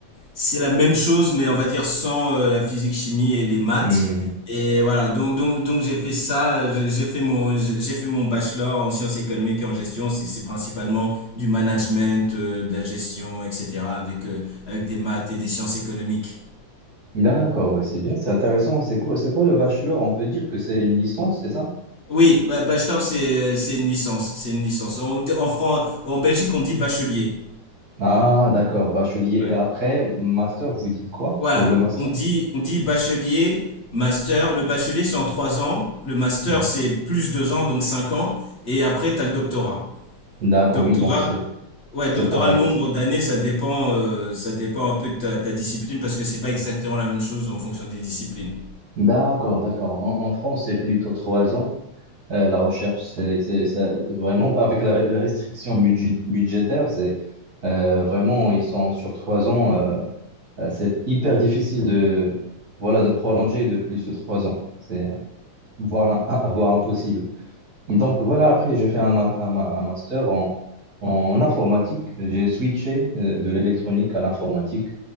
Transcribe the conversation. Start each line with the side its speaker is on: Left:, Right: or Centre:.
Left: C'est la même chose, mais on va dire sans euh, la physique, chimie et les maths.
Right: Mhm.
Left: Et voilà, donc, donc, donc j'ai fait ça, j'ai j'ai fait mon, j'ai fait mon bachelor en sciences économiques et en gestion. C'est c'est principalement du management, euh, de la gestion, etc. avec, euh, avec des maths et des sciences économiques.
Right: D'accord, bah, c'est bien, c'est intéressant. C'est quoi, c'est quoi le bachelor? On peut dire que c'est une licence, c'est ça?
Left: Oui, ba- bachelor, c'est c'est une licence. C'est une licence. En, en Fran- en Belgique, on dit bachelier.
Right: Ah, d'accord, bachelier.
Left: Ouais.
Right: Et après, master, vous dites quoi
Left: Voilà.
Right: pour le master?
Left: On dit, on dit bachelier, master. Le bachelier, c'est en trois ans. Le master,
Right: Mhm.
Left: c'est plus deux ans, donc cinq ans. Et après, tu as le doctorat.
Right: D'accord,
Left: Doctorat,
Right: oui, donc c'est
Left: ouais,
Right: c'est
Left: doctorat,
Right: pareil.
Left: le nombre d'années, ça dépend, euh, ça dépend un peu de ta, ta discipline parce que c'est pas exactement la même chose en fonction des disciplines.
Right: D'accord, d'accord. En, en France, c'est plutôt trois ans. Euh, la recherche, c'est c'est- ça- vraiment pas avec la, ré- la restriction budgé- budgétaire, c'est euh, vraiment, ils sont sur trois ans. euh, euh, c'est hyper difficile de, voilà, de prolonger de plus de trois ans. C'est voire, <laughs> voire impossible. Donc voilà, après j'ai fait un, ma- un ma- un master en, en informatique. J'ai switché euh, de l'électronique à l'informatique.